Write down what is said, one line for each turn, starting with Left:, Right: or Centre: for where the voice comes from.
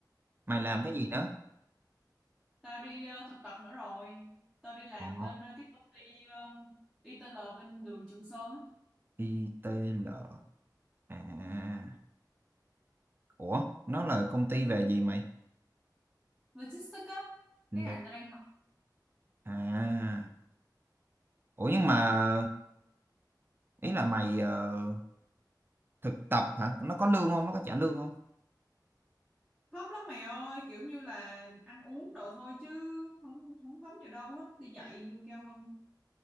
Right: Mày làm
Centre: Ừ.
Right: cái gì đó?
Centre: Tao đi ờ, thực tập nữa rồi. Tao đi làm
Right: Ồ,
Centre: bên ờ, cái công ty ờ, ITL bên đường Trường Sơn á.
Right: ITL. À, ủa, nó là công ty về gì mày?
Centre: Logistics á.
Right: Lục.
Centre: Cái ngành tao đang học.
Right: À, ủa nhưng mà ý là mày ờ, thực tập hả? Nó có lương không? Nó có trả lương không?
Centre: Thấp lắm mày ơi. Kiểu như là ăn uống đồ thôi chứ không không thấm gì đâu hết. Đi dạy lương cao hơn.